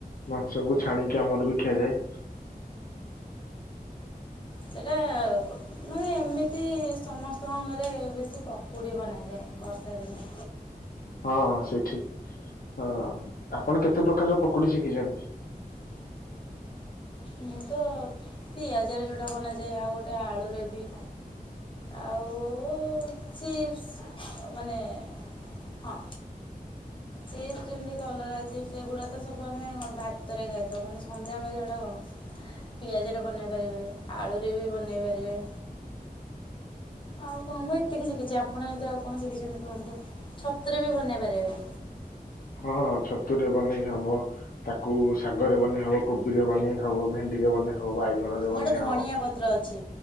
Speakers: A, on the left; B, on the left.
A: ମାଂସକୁ, ଛାଣିକି ଆମର ବି ଖିଆଯାଏ।
B: ସେଟା ମାନେ, ଏମିତି ସମସ୍ତଙ୍କ ଘରେ ବେଶୀ ପକୁଡ଼ି ବନାଯାଏ। ବର୍ଷାଦିନେ।
A: ହଁ, ସେ ଠିକ, ହଁ ଆପଣ କେତେ ପ୍ରକାରର ପକୁଡି ଶିଖିଚନ୍ତି?
B: ମୁଁ ତ, ପିଆଜରେ ଯେଉଁଟା ବନାଯାଏ, ଆଉ ଗୋଟେ ଆଳୁରେ ବି। ଆଉ ଚିପ୍ସ, ମାନେ ହଁ। ଚିପ୍ସ, ଯେମିତି କଲରା ଚିପ୍ସ, ଏଗୁଡ଼ା ତ ସବୁ ଆମେ ଭାତରେ ଖାଇଥାଉ, ମାନେ ସନ୍ଧ୍ୟାବେଳେ ଯେଉଁଟା କଣ। ପିଆଜରେ ବନେଇ ପାରିବେ, ଆଳୁରେ ବି ବନେଇ ପାରିବେ। ଆଉ କଣ, ମୁଁ ଏତିକି ଶିଖିଛି। ଆପଣ ଯଦି ଆଉ କଣ ଶିଖିଚନ୍ତି କୁହନ୍ତୁ? ଛତୁରେ ବି ବନେଇ ପାରିବ।
A: ହଁ ଛତୁରେ ବନେଇ ହବ। ତାକୁ ଶାଗରେ ବନେଇ ହବ, କୋବିରେ ବନେଇ ହବ, ଭେଣ୍ଡିରେ ବନେ ଆଉ ବାଇଗଣରେ ବନେଇ
B: ଗୋଟେ
A: ହବ।
B: ଧଣିଆ ପତ୍ର ଅଛି